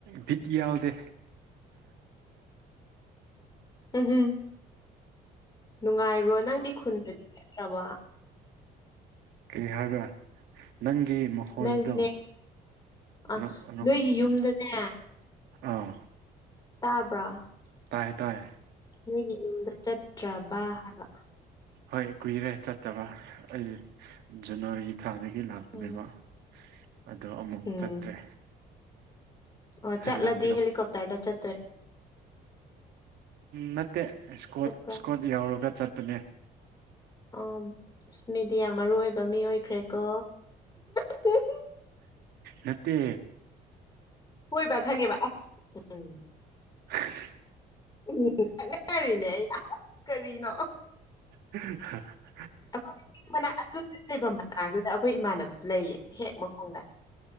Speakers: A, on the right (about 75°); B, on the left (about 25°).
A: ꯕꯤꯠ ꯌꯥꯎꯗꯦ
B: ꯎꯝꯍꯨꯝ ꯅꯨꯡꯉꯥꯏꯕ꯭ꯔꯣ ꯅꯪꯗꯤ ꯈꯨꯟꯗꯗꯤ ꯆꯠꯇ꯭ꯔꯕꯣ
A: ꯀꯩ ꯍꯥꯏꯕ꯭ꯔꯥ ꯅꯪꯒꯤ ꯃ ꯈꯣꯟꯗꯣ
B: ꯅꯪꯗꯤꯅꯦ ꯑ
A: ꯅꯈꯣꯟ ꯅꯈꯣꯟ
B: ꯅꯣꯏꯒꯤ ꯌꯨꯝꯗꯅꯦ
A: ꯑꯥ
B: ꯇꯥꯕ꯭ꯔꯥ
A: ꯇꯥꯏꯌꯦ ꯇꯥꯏ
B: ꯅꯣꯏꯒꯤ ꯌꯨꯝꯗ ꯆꯠꯇ꯭ꯔꯕꯥ ꯍꯥꯏꯕ
A: ꯍꯣꯏ ꯀꯨꯏꯔꯦ ꯆꯠꯇꯕ ꯑꯩ ꯖꯅꯋꯥꯔꯤ ꯊꯥꯗꯒꯤ ꯂꯥꯛꯄꯅꯦꯕ
B: ꯎꯝ
A: ꯑꯗꯣ ꯑꯃꯨꯛ
B: ꯎꯝ
A: ꯆꯠꯇ꯭ꯔꯦ
B: ꯑꯣ
A: ꯍꯟꯗꯛ
B: ꯆꯠꯂꯗꯤ ꯍꯦꯂꯤꯀꯣꯞꯇꯔꯗ ꯆꯠꯇꯣꯏꯔ
A: ꯅꯠꯇꯦ ꯏꯁꯀꯣꯔꯠ
B: ꯆꯠꯄ꯭ꯔꯥ
A: ꯏꯁꯀꯣꯔꯠ ꯌꯧꯔꯒ ꯆꯠꯄꯅꯦ
B: ꯑꯣ ꯃꯤꯗꯤ ꯌꯥꯝ ꯃꯔꯨ ꯑꯣꯏꯕ ꯃꯤ ꯑꯣꯏꯈ꯭ꯔꯦꯀꯣ <unintelligible>
A: ꯅꯠꯇꯦ
B: ꯍꯣꯏꯕ ꯈꯪꯉꯦꯕ ꯑꯁ ꯎꯝ
A: ꯍꯍꯍ
B: ꯎꯝ ꯂꯛꯅꯔꯤꯅꯦ ꯑꯩꯅ ꯀꯔꯤꯅꯣ
A: <unintelligible>
B: ꯑꯩꯈꯣꯏ ꯂꯩꯐꯝ ꯃꯅꯥꯛꯇꯨꯗ ꯑꯩꯈꯣꯏ ꯏꯃꯥꯟꯅꯕꯁꯨ ꯂꯩꯌꯦ ꯍꯦꯛ ꯃꯈꯣꯡꯗ